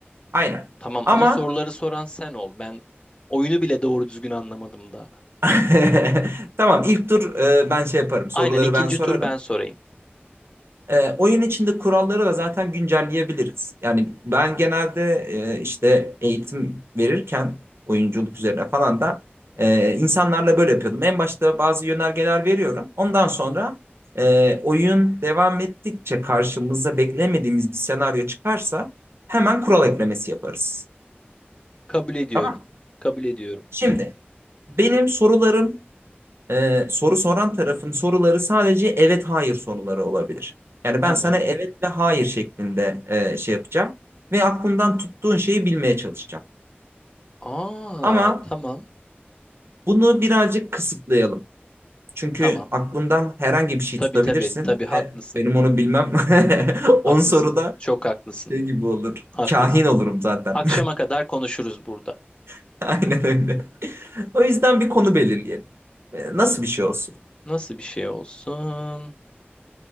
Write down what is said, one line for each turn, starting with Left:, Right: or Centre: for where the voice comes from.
Right: Aynen.
Left: Tamam
Right: Ama
Left: ama soruları soran sen ol. Ben oyunu bile doğru düzgün anlamadım daha.
Right: <laughs> Tamam ilk tur e, ben şey yaparım soruları
Left: Aynen ikinci
Right: ben sorarım.
Left: tur ben sorayım.
Right: E, oyun içinde kuralları da zaten güncelleyebiliriz. Yani ben genelde e, işte eğitim verirken oyunculuk üzerine falan da e, insanlarla böyle yapıyordum. En başta bazı yönergeler veriyorum. Ondan sonra e, oyun devam ettikçe karşımıza beklemediğimiz bir senaryo çıkarsa hemen kural eklemesi yaparız.
Left: Kabul ediyorum.
Right: Tamam mı?
Left: Kabul ediyorum.
Right: Şimdi benim sorularım Ee, soru soran tarafın soruları sadece evet hayır soruları olabilir. Yani ben
Left: Tamam.
Right: sana evet ve hayır şeklinde e, şey yapacağım ve aklından tuttuğun şeyi bilmeye çalışacağım.
Left: Aa
Right: Ama
Left: tamam.
Right: bunu birazcık kısıtlayalım. Çünkü
Left: Tamam.
Right: aklından herhangi bir şey
Left: Tabii
Right: tutabilirsin
Left: tabii tabii
Right: ve
Left: haklısın.
Right: benim onu bilmem <laughs>
Left: Haklısın.
Right: 10 soruda
Left: Çok haklısın.
Right: şey gibi olur.
Left: Haklısın.
Right: Kahin olurum zaten.
Left: Akşama kadar konuşuruz burada.
Right: <laughs> Aynen öyle. O yüzden bir konu belirleyelim. Ee, Nasıl bir şey olsun?
Left: Nasıl bir şey olsun?